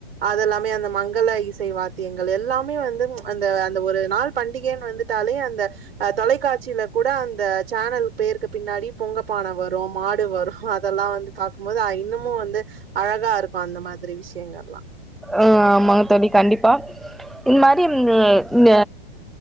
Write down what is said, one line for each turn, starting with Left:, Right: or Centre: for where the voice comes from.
Right: அதெல்லாமே அந்த மங்க அல்ல இசை வாத்தியங்கள் எல்லாமே வந்து அந்த அந்த ஒரு நாள் பண்டிகைன்னு வந்துட்டாலே அந்த அ தொலைக்காட்சியில கூட அந்த சேனல் பேருக்கு பின்னாடி பொங்கப்பான வரும் மாடு வரும் அதல்லாம் வந்து பாக்கும்போது அ இன்னமும் வந்து அழகா இருக்கும் அந்த மாதிரி விஷயங்கள்ல்லா
Centre: அ ஆமாங்க தோழி கண்டிப்பா இந்த மாரி இந்த இந்த